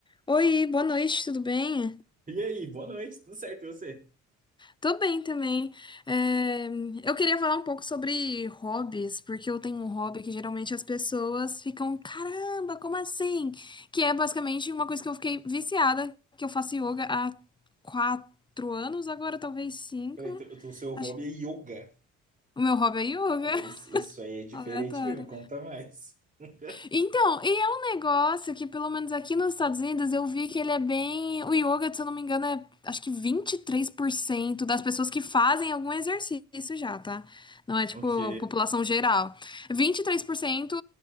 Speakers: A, on the left; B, on the right.
A: Oi, boa noite, tudo bem?
B: E aí, boa noite, tudo certo, e você?
A: Tô bem também. É, eu queria falar um pouco sobre hobbies, porque eu tenho um hobby que geralmente as pessoas ficam, caramba, como assim? Que é basicamente uma coisa que eu fiquei viciada, que eu faço yoga há quatro anos, agora talvez cinco.
B: Peraí, então, então o seu hobby
A: Acho...
B: é yoga.
A: O meu hobby é yoga,
B: Olha,
A: <laughs>
B: isso, isso aí é diferente
A: aleatório.
B: mesmo, conta mais. <laughs>
A: Então, e é um negócio que, pelo menos aqui nos Estados Unidos, eu vi que ele é bem. O yoga, se eu não me engano, é acho que 23% das pessoas que fazem algum exercício já, tá? Não é tipo
B: Ok.
A: população geral. vinte e três por cento